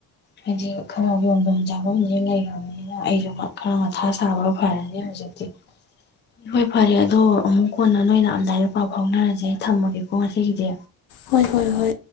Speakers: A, on the left (about 30°); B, on the left (about 80°).
A: ꯍꯥꯏꯗꯤ ꯈꯔ ꯌꯣꯟꯐꯝ ꯆꯥꯐꯝꯁ ꯂꯩꯔꯕꯅꯤꯅ ꯑꯩꯁꯨ ꯈꯔ ꯃꯊꯥ ꯁꯥꯕꯒ ꯐꯔꯅꯤ ꯍꯧꯖꯤꯛꯇꯤ ꯍꯣꯏ ꯐꯔꯦ ꯑꯗꯣ ꯑꯃꯨꯛ ꯀꯣꯟꯅ ꯅꯣꯏꯅ ꯑꯝꯗꯥꯏꯗ ꯄꯥꯎ ꯐꯥꯎꯅꯔꯁꯦ ꯊꯝꯃꯒꯦꯀꯣ ꯉꯁꯤꯒꯤꯗꯤ
B: ꯍꯣꯏ ꯍꯣꯏ ꯍꯣꯏ